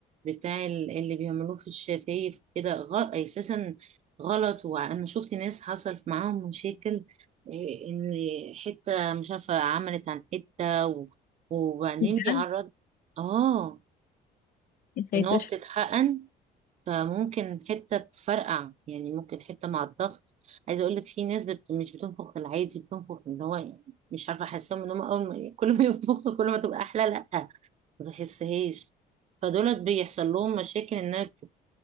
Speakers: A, on the right; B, on the left.
A: بتاع ال- اللي بيعملوه في الشفايف كده غ... اساسا غلط وانا شفت ناس حصل معاهم مشاكل إيه، ان حته مش عارفه عملت عن حته و... وبعدين
B: بجد
A: بيعرض اه
B: يا ساتر
A: ان هو بتتحقن فممكن حتة تفرقع يعني ممكن حتة مع الضغط عايزة اقول لك في ناس بت... مش بتنفخ العادي بتنفخ اللي هو يعني مش عارفة احسهم ان هم اول ما <laughs> كل ما ينفخوا كل ما تبقى احلى لا ما بحسهاش فدولت بيحصل لهم مشاكل انها بت...